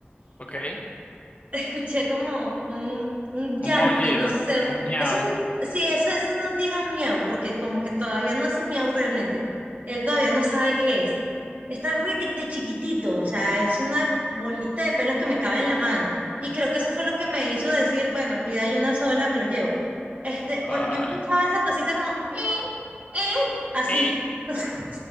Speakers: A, on the left; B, on the right.
A: Ok.
B: escuché como, como un, un
A: Un
B: llanto,
A: maullido,
B: no sé.
A: un miau.
B: Eso, sí, eso, eso no llega a un miau, porque como que todavía no hace miau realmente. Él todavía no sabe qué es. Está requete chiquitito, o sea, es una bolita de pelos que me cabe en la mano. Y creo que eso fue lo que me hizo decir, bueno, vida hay una sola, me lo llevo. Este,
A: Ay.
B: pues yo escuchaba esa cosita como, "Eh, eh", así.
A: Y,
B: <laughs>